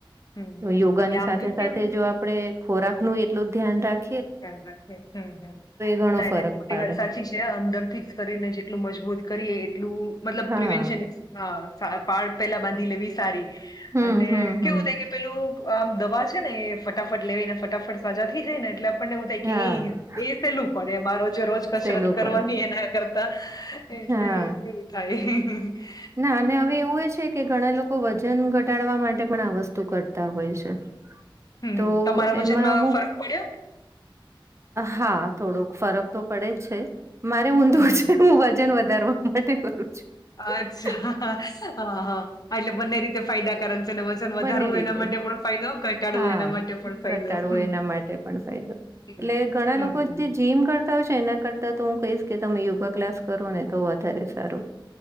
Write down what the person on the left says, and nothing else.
હમ
હમ.
એટલે આમ
તો
કેવું
હ હમ હમ.
નાહી
ન થરી
વાત સાચી છે અંદર થી જ શરીરને જેટલું મજબૂત કરીએ. એટલુ મતલબ
પ્રવેશન પાળ પેલા બાંધી લેવી. સારી,
અને
કેવું થ કે પેલું આમ દવા છે ને એ ફટાફટ લેવીઈ ને ફટાફટ સાજા થઈ જાય ને એટલે આપણેને થાય
કે સેલું પડેમારોજ રોજ કસરત
કરવાની
એના કરતા. એટલે
કેવું થાય. હમ
હમ
તમારા વજનમાં
ફરક પડ્યો?
હમ હમ
હમ
અચ્છા
હા હા એટલે બંને રીતે ફાયદાકારક છે અને વજન વધારું
હોય
એના માટે પણ ફાયદો ઘટાડવું
એના માટે પણ ફાયદો
હમ
હમ
હમ.